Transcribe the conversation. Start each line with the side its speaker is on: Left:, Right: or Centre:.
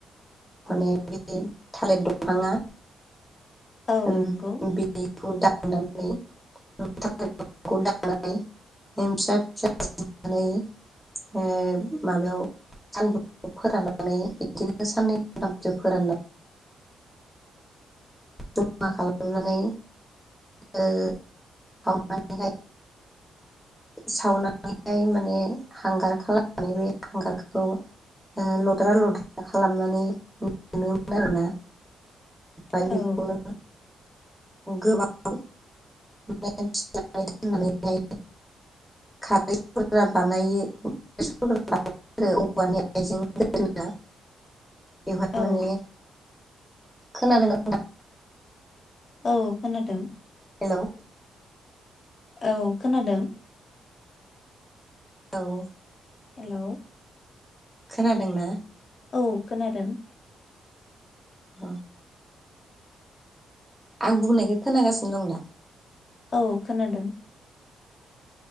Centre: माने बे थालेर दंफाङा
Left: औ
Centre: उम
Left: नंगौ
Centre: बि खौ दाननानै थालिर बिफांखौ दाननानै फिसा फिसा नानै ओ माबायाव सानदुंआव फोराननानै बिदिनो साननै सानथामसो फोरानना जमा खालामनानै ओ सावनानैहाय सावनानैहाय माने हांगार खालामनानै बे हांगारखौ ओ लद्रा लद्रा खालामनानै मोनोमोन आरोना। ओमफ्राय
Left: औ
Centre: बेखौनो गोबां <unintelligible> खारैफोरा बानायो। <unintelligible> औवानि आइजें गोदोना बेवहाय
Left: औ।
Centre: माने खोनादों नोंथां।
Left: औ खोनादों।
Centre: हेल'।
Left: औ खोनादों।
Centre: औ।
Left: हेलौ।
Centre: खोनादोंना?
Left: औ खोनादों।
Centre: अह। आं बुंनायखौ खोनागासिनो दं दा?
Left: औ खोनादों।